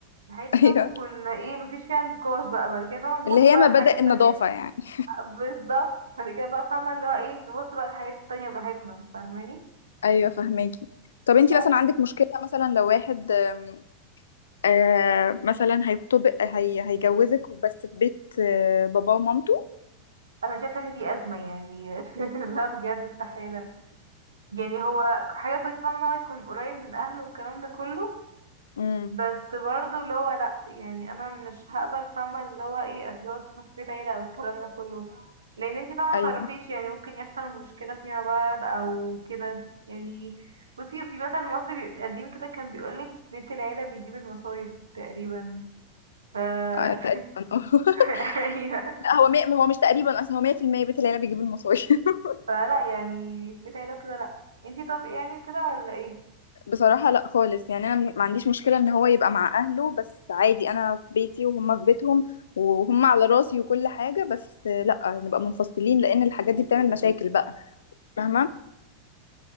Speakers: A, on the right; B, on the left.
A: الحاجات دي
B: <laughs>
A: فاهمه
B: ايوه
A: بيكون ايه مفيش فيها نقاش بقى بعد كده فاهمه
B: اللي
A: تبص
B: هي
A: بقى
B: مبادئ
A: للحاجات التانية
B: النظافه يعني
A: بالظبط بعد كده بقى فاهمة اللي هو ايه نبص بقى للحاجات التانية براحتنا فاهماني
B: ايوه فهماكي طب انتي
A: بس
B: مثلا عندك مشكله مثلا لو واحد آمم، آه مثلا هيخطب هي... هيجوزك بس في بيت آه باباه ومامته
A: انا شايفة ان دي ازمة يعني <laughs> لا بجد استحالة يعني هو حاجة كويسة فاهمة ان هو يكون قريب من اهله والكلام ده كله
B: امم
A: بس برضه اللي هو لا يعني انا مش هقبل فاهمة اللي هو ايه اتجوز في بيت عيلة او الكلام ده كله لان انتي فاهمة
B: ايوه
A: متعرفيش يعني ممكن يحصل مشكلة فيما بعد او كده يعني بصي في مثل مصري بي- قديم كده كان بيقولك بيت العيلة بيجيب المصايب تقريبا ف...
B: آه
A: <laughs>
B: تقريبا <laughs> اه
A: ايوه
B: لا هو مي... هو مش تقريبا اصلا هو 100% بيت العيله بيجيب المصاري <laughs>
A: فلا يعني كده لو كده لا انتي طب يعني كده ولا ايه
B: بصراحه لا خالص يعني انا ما عنديش مشكله ان هو يبقى مع اهله بس عادي انا في بيتي وهم في بيتهم وهم على راسي وكل حاجه بس آه، لا نبقى منفصلين لان الحاجات دي بتعمل مشاكل بقى فاهمه